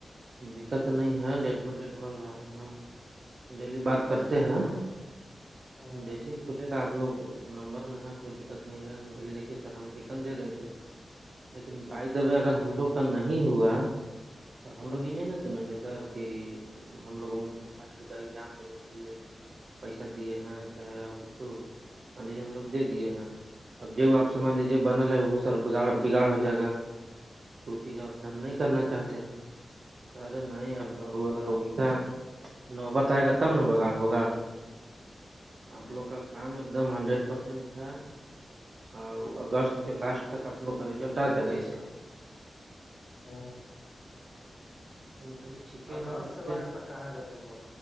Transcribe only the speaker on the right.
دقت نہیں ہے ڈیٹ پر ڈیٹ بڑھ رہا ہے ہم ڈیلی بات کرتے ہیں
جیسے پھلے کا آپ لوگ نمبر میں ہے کوئی دقت نہیں ہے ہم کہ لیے دیکھیے سر ہم لیکن دے دیں گے لیکن بائی
دبے اگر ہم لوگ کا نہیں ہوا تو ہم
لوگ یہ نہیں نا سنیں گے سر کہ ہم لوگوں میٹرک کا ایگزام دینے کے لیے پیسہ دیے ہیں چاہے اور کچھ ہو مان لیجیے ہم لو
دے دیے ہیں اب ج آپ مان لیجیے بنل وہ سر بگاڑ بگاڑ ہو جائے گا تو وہ چیز آپ سے ہم نہیں کرنا چاہتے ہیں
ارے نہیں ا بو اگر ویسا نوبت آئے گا تب ن بگاڑ ہوگا آپ
لوگ کا کام ایک دم ہنڈریڈ پرسینٹ ہے ہاں اگست کے لاسٹ تک آپ لوگ کا ریزلٹ آ جائے گا اس کا
ہم کہے ٹھیک
ہے دیکھتے
ہیں